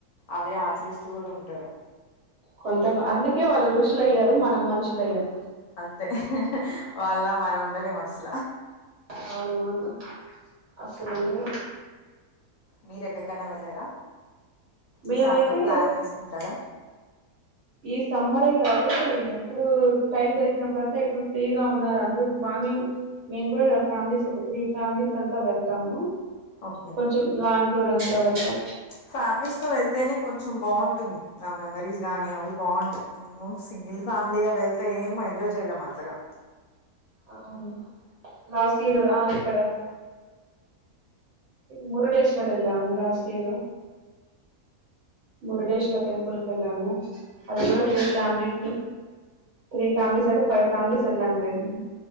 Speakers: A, on the left; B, on the right.
A: అవే ఆచరిస్తూ కూడా ఉంటారు
B: కొంత అందుకే వాళ్ళు రుషులు అయ్యారు మనం మనుషులు అయ్యాం
A: అంతే వాళ్ళ మనం ఉండలేం అస్
B: అవునవును అసలు ఉండదు
A: మీరు ఎక్కడికన్నా వెళ్ళారా
B: మేమైతే
A: ఈ సమ్మర్ ప్లాన్ చేసుకుంటారా
B: ఈ సమ్మరే కాదు ఎప్పుడు టైం దొరికినప్పుడు అంతా ఇప్పుడు ఫ్రీగా ఉన్నారు అందరు మా మేము కూడా ఫ్యామిలీస్ ఒక త్రీ ఫ్యామిలీస్ అంతా వెళ్తాము
A: ఓకే
B: కొంచం లాంగ్ టూర్ అంద్ టా వెళ్తా
A: ఫ్యామిలీస్ తో వెళ్తేనే కొంచెం బాగుంటుంది నా మెమోరీస్ గానీ అవి బాంటాయి ఉము సింగిల్ ఫ్యామిలీగా వెళ్తే ఏమో ఎంజాయ్ చేయలేము అంతగా
B: అవునా లాస్ట్ ఇయర్ రా ఇక్కడ మురుడేశ్వర్ ఎలాము లాస్ట్ ఇయర్ మురుడేశ్వర్ టెంపుల్ కి వెళ్ళాము అది కూ త్రీ ఫ్యామిలీస్ త్రీ ఫ్యామిలీస్ అంటే ఫైవ్ ఫ్యామిలీస్ వెళ్ళాం లెండి